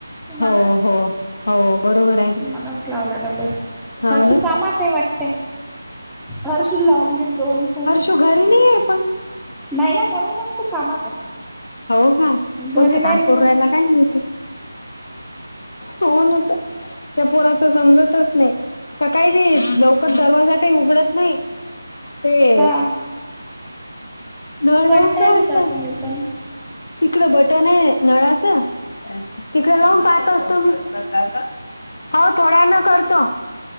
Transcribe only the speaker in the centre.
तुम्हाला
मलाच लावला डबल.
हर्शु
कामात आहे वाटते हरषू लावून घेन दोन.
नाही ना म्हणूनच तू कामात.
आहे घरी
नाही
म्हणून
हा
कंटाळली
तुम्ही पण